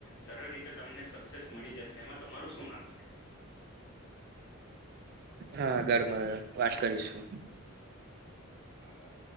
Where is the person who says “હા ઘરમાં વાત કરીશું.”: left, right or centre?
Right